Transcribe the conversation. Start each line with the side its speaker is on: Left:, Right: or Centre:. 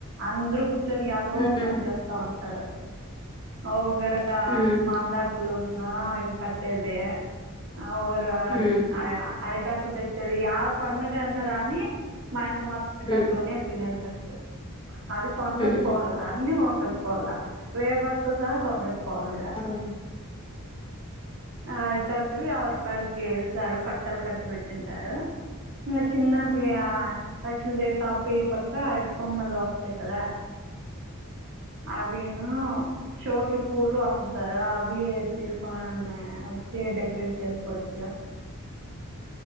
Right: అందృ <unintelligible> యాదో
Left: హ్మ్
Right: పని చేేస్తా ఉంటారు ఓ గర
Left: హ్మ్
Right: మామిడకులు కట్టేది <unintelligible>
Left: హ్మ్
Right: <unintelligible> య పండగ అన్న రాని మా ఇంట్లో మత్రం <unintelligible>
Left: హ్మ్
Right: తినేది ఫస్ట్ అది కొనకచ్చుకోవాల
Left: హ్మ్
Right: అన్ని కొనకొచ్చుకో వేపాకు తో సహా కొనుకొచ్చుకోవాల ఈడ
Left: అ
Right: ఆరిటాకులు యాభై రూపాయలకి ఇస్తారు కట్టలు కట్టి వెట్టింటారు చిన్న చిన్నవి ఆ లక్ష్మీదేవి కాపకయ్య పక్క అరటికొమ్మలు వస్తాయి కదా అవిను షో కి పూలు అమ్తార అవి తీసుకొని ఉన్నాయి వచ్చి డెకరేట్ చేసుకోచ్చా